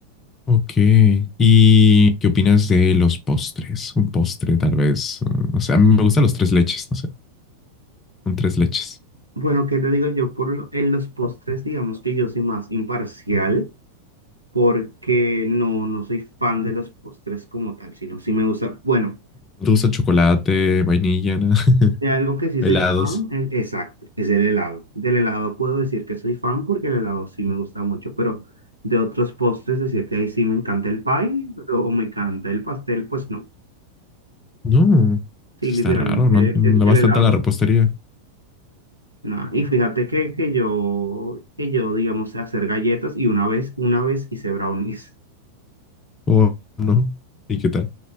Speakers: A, on the left; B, on the right.
A: Ok. ¿Y qué opinas de los postres? Un postre, tal vez. O sea, a mí me gustan los tres leches, no sé. Un tres leches.
B: Bueno, ¿qué te digo yo? Por lo- en los postres, digamos que yo soy más imparcial porque no, no soy fan de los postres como tal, sino sí me gusta. Bueno,
A: ¿No te gusta chocolate, vainilla, nada? <laughs>
B: De algo que sí
A: helados?
B: soy fan, el- exacto, es del helado. Del helado puedo decir que soy fan porque el helado sí me gusta mucho, pero de otros postres decir que ahí sí me encanta el pie o, o me encanta el pastel, pues no.
A: No,
B: Sí,
A: está
B: literalmente
A: raro, no, no
B: es el
A: vas
B: helado.
A: tanto a la repostería.
B: Nah, Y fíjate que, que yo, que yo, digamos, sé hacer galletas y una vez, una vez hice brownies.
A: ¿O no? ¿Y qué tal?